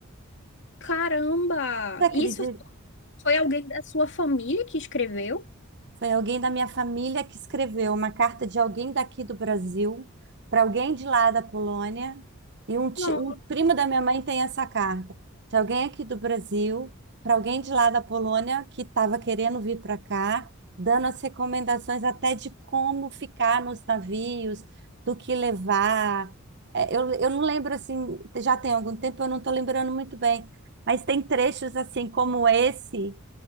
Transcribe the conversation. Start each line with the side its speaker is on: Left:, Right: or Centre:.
Left: Caramba!
Right: Você acredita?
Left: Isso foi alguém da sua família que escreveu?
Right: Foi alguém da minha família que escreveu uma carta de alguém daqui do Brasil para alguém de lá da Polônia. E um, ti-
Left: Não.
Right: um primo da minha mãe tem essa carta de alguém aqui do Brasil para alguém de lá da Polônia que estava querendo vir para cá, dando as recomendações até de como ficar nos navios, do que levar. É, eu, eu não lembro assim, já tem algum tempo, eu não estou lembrando muito bem, mas tem trechos assim como esse